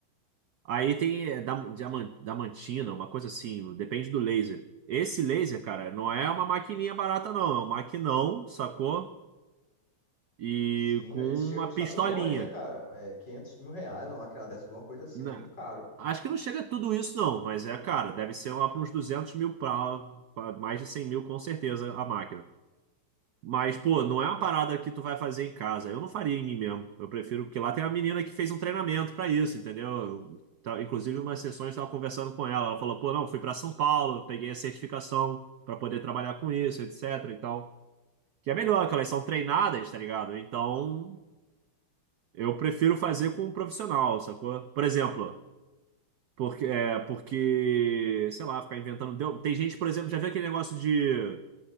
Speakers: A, on the right; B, on the left.
A: Aí tem é, dam- diaman- diamantina, uma coisa assim, depende do laser. Esse laser, cara, não é uma maquininha barata, não. É um maquinão, sacou? E
B: Sim,
A: com
B: eles
A: uma
B: chegam a custar
A: pistolinha.
B: milhões, né, cara? É, 500 mil reais, uma máquina dessa, alguma coisa assim,
A: Né?
B: muito caro.
A: Acho que não chega a tudo isso, não. Mas é, cara, deve ser lá para uns 200 mil pra... pra Mais de 100 mil, com certeza, a máquina. Mas, pô, não é uma parada que tu vai fazer em casa. Eu não faria em mim mesmo. Eu prefiro, porque lá tem uma menina que fez um treinamento pra isso, entendeu? Eu, tá- inclusive, umas sessões eu estava conversando com ela. Ela falou, pô, não, fui pra São Paulo, peguei a certificação pra poder trabalhar com isso, etc. e tal. Que é melhor, que elas são treinadas, tá ligado? Então, eu prefiro fazer com um profissional, sacou? Por exemplo, porque, é, porque, sei lá, ficar inventando. deu- Tem gente, por exemplo, já viu aquele negócio de.